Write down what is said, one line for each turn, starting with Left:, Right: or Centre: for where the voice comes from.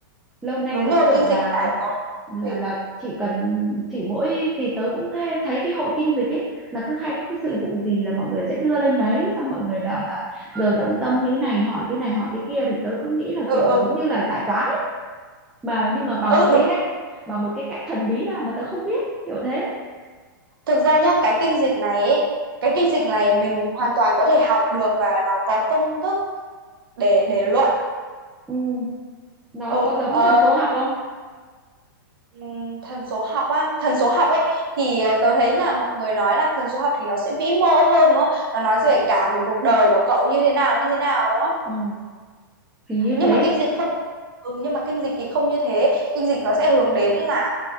Centre: Lâu nay
Right: Đúng
Centre: tớ
Right: rồi,
Centre: tưởng
Right: kinh dịch
Centre: là
Right: phải có
Centre: là
Right: thủy.
Centre: là chỉ cần chỉ mỗi vì tớ cũng hay thấy cái hội kinh dịch ấy là cứ hay có cái
Right: Ừ.
Centre: sự vụ gì là mọi người sẽ đưa lên đấy xong mọi người bảo là
Right: Ừ.
Centre: giờ động tâm như này hỏi cái này hỏi cái kia thì tớ cứ nghĩ là
Right: ừ.
Centre: kiểu
Right: ừ.
Centre: giống như là giải toán ấy mà nhưng mà bằng
Right: Ừ
Centre: một
Right: đúng,
Centre: cái cách bằng một cái cách thần bí nào mà tớ không biết kiểu thế
Right: thực ra nhá, cái kinh dịch này ấy, cái kinh dịch này mình hoàn toàn có thể học được và nó có công thức để để luận.
Centre: ừ. nó
Right: Ừ,
Centre: có giống
Right: ờ,
Centre: thần số học không
Right: ừm, thần số học á, thần số học ấy thì ờ, tớ thấy là mọi người nói là thần số học thì nó sẽ vĩ mô hơn đúng không? Nó nói về cả một cuộc đời của cậu như thế nào như thế nào đúng không?
Centre: ừ. hình như
Right: Nhưng
Centre: thế
Right: mà kinh dịch không ừ, nhưng mà kinh dịch thì không như thế, kinh dịch nó sẽ hướng đến là